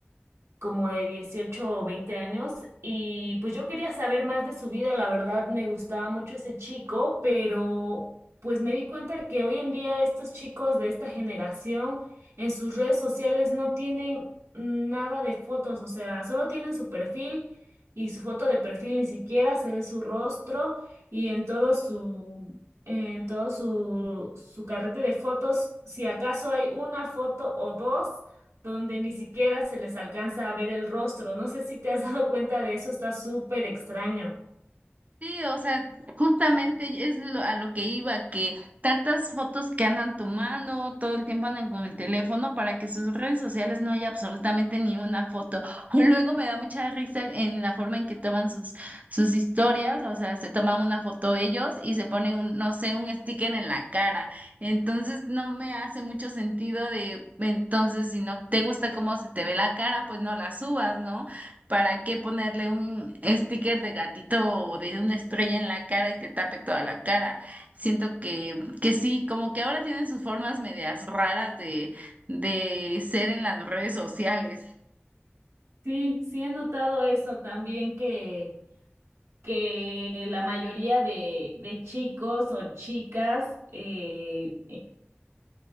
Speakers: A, on the right (about 80°); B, on the right (about 35°).
A: como de 18 o 20 años y pues yo quería saber más de su vida, la verdad me gustaba mucho ese chico, pero pues me di cuenta que hoy en día estos chicos de esta generación en sus redes sociales no tienen nada de fotos, o sea, solo tienen su perfil y su foto de perfil ni siquiera se ve su rostro y en todo su en todo su, su carrete de fotos, si acaso hay una foto o dos donde ni siquiera se les alcanza a ver el rostro. No sé si te has dado cuenta de eso, está súper extraño.
B: Sí, o sea, justamente es lo- a lo que iba, que tantas fotos que andan tomando, todo el tiempo andan con el teléfono para que sus redes sociales no haya absolutamente ni una foto. <laughs> Luego me da mucha risa en la forma en que toman sus, sus historias, o sea, se toman una foto ellos y se ponen un, no sé, un sticker en la cara. Entonces no me hace mucho sentido de, entonces, si no te gusta cómo se te ve la cara, pues no la subas, ¿no? ¿Para qué ponerle un sticker de gatito o de una estrella en la cara y te tape toda la cara? Siento que, que sí, como que ahora tienen sus formas medias raras de, de ser en las redes sociales.
A: Sí, sí he notado eso también que, que la mayoría de, de chicos o chicas eh,